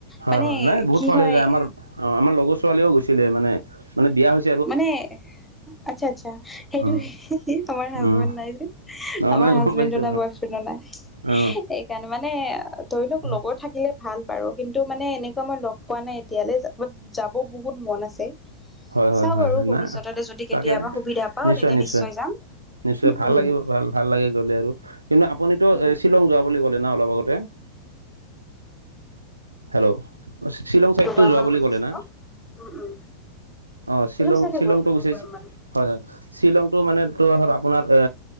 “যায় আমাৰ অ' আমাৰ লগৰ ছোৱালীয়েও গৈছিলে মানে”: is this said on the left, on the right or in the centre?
Right